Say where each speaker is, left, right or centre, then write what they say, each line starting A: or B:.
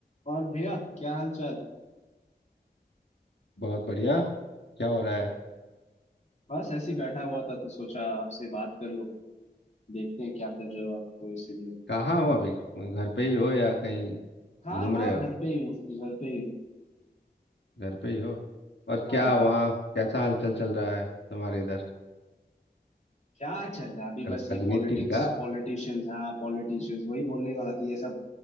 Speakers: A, on the left (about 40°); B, on the left (about 85°).
A: और भैया क्या हाल चाल
B: बहुत बढ़िया क्या हो रहा है
A: बस ऐसे ही बैठा हुआ था तो सोचा आपसे बात कर लो देखते हैं क्या कर रहे हो आप तो इसीलिए
B: कहाँ हो अभी घर पे ही हो या कहीं
A: हाँ
B: घूम
A: हाँ
B: रहे
A: घर
B: हो
A: पे ही हूँ घर पे ही हूँ
B: घर पे ही हो और
A: हाँ
B: क्या वहाँ कैसा हलचल चल रहा है तुम्हारे इधर
A: क्या चल रहा है अभी
B: राजनीति
A: बस ये पॉलिटिक्स
B: का
A: पॉलिटिशियंस हाँ पॉलिटिशियंस वही बोलने वाला था ये सब